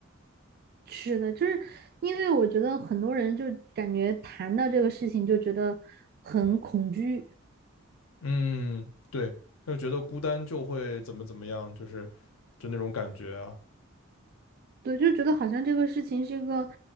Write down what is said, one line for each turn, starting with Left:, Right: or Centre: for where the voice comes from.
Right: 是的，就是因为我觉得很多人就感觉谈到这个事情就觉得很恐惧，
Left: 嗯，对，就觉得孤单就会怎么怎么样，就是就那种感觉啊，
Right: 对，就觉得好像这个事情是一个